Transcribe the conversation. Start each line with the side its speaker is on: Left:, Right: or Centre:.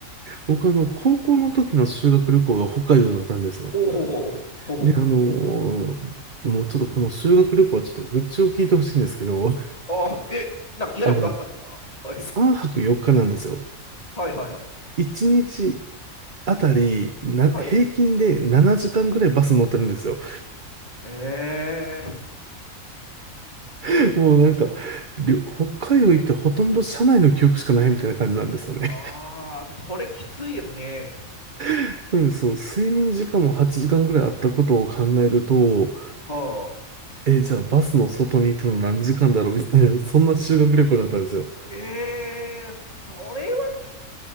Right: 僕あの、高校の時の修学旅行が北海道だったんですよ。
Left: おお、ほうほほほ
Right: で、あのーもうちょっとこの修学旅行はちょっと愚痴を聞いてほしいんですけど、<laughs>
Left: ああ、え、なんか嫌なことあったんですかはい。
Right: あの、3泊4日なんですよ。
Left: はいはいはい。
Right: 1日あたり、な、
Left: はい。
Right: 平均で7時間ぐらいバス乗ってるんですよ。
Left: ええ
Right: <laughs> もうなんか、
Left: と、
Right: りょ北海道行ってほとんど車内の記憶しかないみたいな感じなんですよね。
Left: ああ、それきついですね。
Right: <laughs> なので、そう、睡眠時間も8時間ぐらいあったことを考えると、
Left: はあ。
Right: え、じゃあバスの外にいたの何時間だろうみたいな、そんな修学旅行だったんですよ。
Left: ええそれはき、